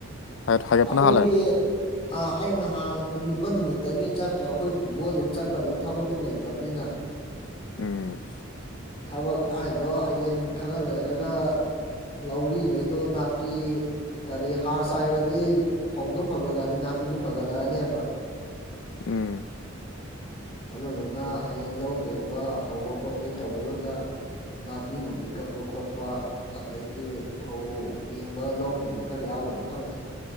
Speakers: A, on the left; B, on the left.
A: ꯍꯥꯏꯒꯠꯄꯅ
B: ꯑꯩꯈꯣꯏꯒꯤ
A: ꯍꯥꯜꯂꯦ
B: ꯑꯥ ꯑꯩ ꯅꯍꯥꯟ ꯍꯨꯜꯂꯨꯕ ꯅꯨꯃꯤꯠꯇꯒꯤ ꯆꯠꯇ꯭ꯔꯦ ꯑꯩꯈꯣꯏ ꯄꯨ ꯑꯗꯨꯝ ꯆꯠꯄꯗ ꯊꯕꯛꯁꯨ ꯂꯩꯇꯕꯅꯤꯅ <inaudible>
A: ꯎꯝ
B: ꯊꯕꯛ ꯍꯥꯏꯗꯣ ꯍꯌꯦꯡ ꯈꯔ ꯂꯩꯔꯒ ꯂꯧꯔꯤꯈꯩꯗꯣ ꯅꯥꯄꯤ ꯀꯔꯤ ꯍꯥꯔ ꯆꯥꯏꯒ꯭ꯔ ꯑꯗꯩ ꯐꯧꯗꯣ ꯐꯒꯠꯂꯛꯑꯗꯤ ꯅꯥꯄꯤꯁꯨ ꯐꯒꯠꯂꯛꯑꯅꯦꯕ
A: ꯎꯝ
B: ꯑꯗꯨꯗꯨꯅ ꯍꯌꯦꯡ ꯂꯧ ꯄꯦꯡꯕ ꯍꯧꯕ ꯈꯣꯠꯄꯩ ꯇꯧꯕꯗꯨꯗ ꯅꯥꯄꯤ ꯅꯨꯡꯄꯤ ꯀꯛꯄ ꯈꯣꯠꯄ ꯑꯗꯩꯗꯤ ꯐꯧ ꯄꯦꯡꯕ ꯂꯧ ꯄꯦꯡꯕ ꯈꯔ ꯌꯥꯎꯒꯗ꯭ꯔꯥ ꯈꯪꯗꯦ